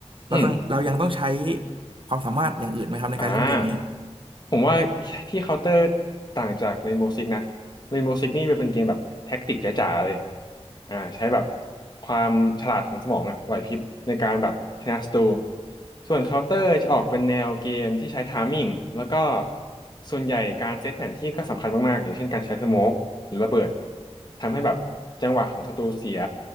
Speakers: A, on the right; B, on the left.
A: เราต้องเรายังต้องใช้
B: อืม
A: ความสามารถอย่างอื่นไหมครับในการเล่นเกมนี้
B: อ่าผมว่าที่เคาน์เตอร์ต่างจากเรนโบว์ซิกนะเรนโบว์ซิกนี่เป็นเกมแบบแท็กติกจ๋าๆเลยอ่าใช้แบบความฉลาดของสมองอะไหวพริบในการแบบชนะศัตรูส่วนเคาน์เตอร์จะออกเป็นแนวเกมที่ใช้ไทมิ่งแล้วก็ส่วนใหญ่การเซตแผนที่ก็สำคัญมากๆอย่างเช่นการใช้สโมกหรือระเบิดทำให้แบบจังหวะของศัตรูเสีย